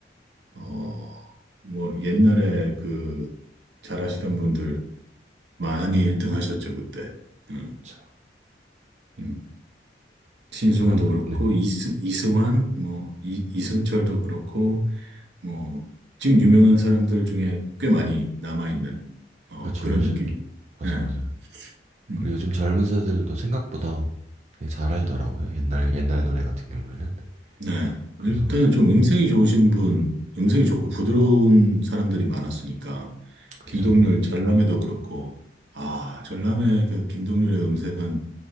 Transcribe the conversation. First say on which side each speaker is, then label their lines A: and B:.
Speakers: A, on the right; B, on the right.
A: 어, 뭐 옛날에 그 잘하시던 분들 많이 1등 하셨죠, 그때. 음,
B: 그쵸.
A: 음. 신승훈도
B: 그럼
A: 그렇고,
B: 네
A: 이승, 이승환, 뭐, 이, 이승철도 그렇고, 뭐 지금 유명한 사람들 중에 꽤 많이 남아있는 어,
B: 그쵸
A: 그런
B: 요즘
A: 느낌이죠.
B: 맞아
A: 네.
B: 맞아요.
A: 음.
B: 그리고 요즘 젊은 세대들도 생각보다 되게 잘 알더라고요. 옛날 옛날 노래 같은 경우에는.
A: 네. 일단은
B: 그래서
A: 좀 음색이 좋으신 분, 음색이 좋고 부드러운 사람들이 많았으니까
B: 그쵸
A: 김동률 전람회도 그렇고 아, 전람회 그 김동률의 음색은